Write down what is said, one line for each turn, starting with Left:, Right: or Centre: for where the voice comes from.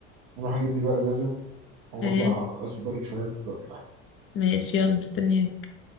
Right: اروح اجيب لي بقى ازازه هو
Left: ايه
Right: اطلع سوبر ليج شويه أقدر معاك.
Left: ماشي يلا مستنياك